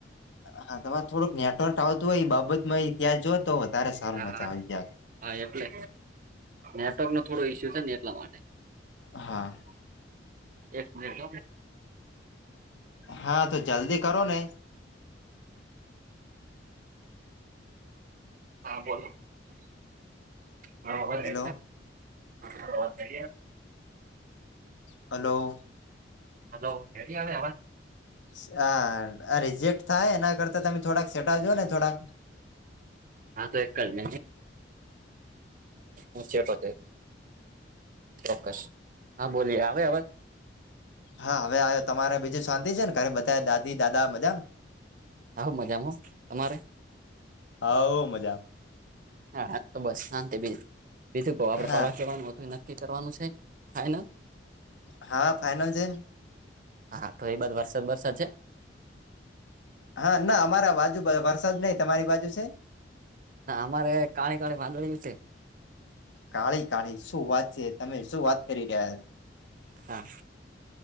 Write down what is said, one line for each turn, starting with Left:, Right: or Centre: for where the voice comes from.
Left: હા તમારે થોડુંક નેટવર્ક આવતું હોય બાબત માં
Right: હા હા એટલે નેટવર્ક નો થોડો ઈસ્યુ છે ને એટલા માટે
Left: હા
Right: એક મિટ
Left: હા તો જલ્દી કરો ને
Right: હા બોલો મારોત
Left: હેલો
Right: રહે છે વાત કરી <unintelligible>
Left: હલો
Right: હલો હ હ
Left: હ આ રિજેક્ટ થાય એના કરતા તમે થોડાક સેટાજો ને થોડાક
Right: હા તો એક ક ન હું છે તોતે ચોક્કસ હા બોલીએ આવે હવાજ
Left: હા હવે આવ્યો તમારે બીજું શાંતિ છે ને ઘરે બધા દાદી દાદા મજા
Right: આવું મજામાં તમારે
Left: હ મજા
Right: હા તો બસ શાંત બીજું ક આપડે
Left: હા
Right: પરવા કવાનુંું નક્કી કરવાનું છે થાય.
Left: હા ફાઈનલ છેન
Right: હા તો એ બધ વરસાદ વરસાદ છે.
Left: હા ના અમારા બાજુ વરસાદ નહી તમારી બાજુ છે.
Right: ના અમારે કાણી કાળ વામાંદડી વિ છે.
Left: કાળી કાળી શું વાત છે તમે શું વાત કરી રહ્યા
Right: હા